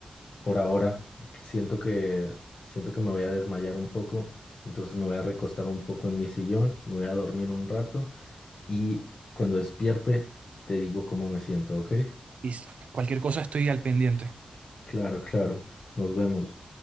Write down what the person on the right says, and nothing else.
Listo. Cualquier cosa estoy al pendiente.